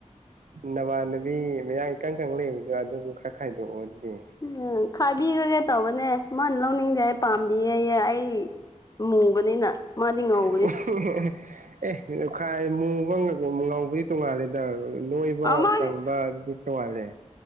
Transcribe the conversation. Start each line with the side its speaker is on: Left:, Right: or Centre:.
Right: ꯅꯕꯥꯅꯕꯤ ꯃꯌꯥ ꯏꯀꯪ ꯈꯪ ꯂꯩꯕꯗꯣ ꯑꯗꯨꯗꯨ ꯈꯔ ꯈꯥꯏꯗꯣꯛꯑꯣꯗꯤ
Left: ꯎꯝ ꯈꯥꯏꯕꯤꯈ꯭ꯔꯒꯦ ꯇꯧꯕꯅꯦ ꯃꯥꯅ ꯂꯧꯅꯤꯡꯗꯦ ꯄꯥꯝꯗꯦꯌꯦꯌꯦ ꯑꯩ ꯃꯨꯕꯅꯤꯅ ꯃꯥꯗꯤ ꯉꯧ
Right: <unintelligible> ꯑꯦ ꯇꯈꯥꯏ ꯃꯨꯕ ꯉꯧꯕꯗꯤ ꯇꯣꯡꯉꯥꯜꯂꯦꯗ ꯅꯣꯏꯕ
Left: ꯃꯥꯒꯤ
Right: ꯀꯪꯕ ꯑꯗꯨꯗꯤ ꯇꯣꯉꯥꯜꯂꯦ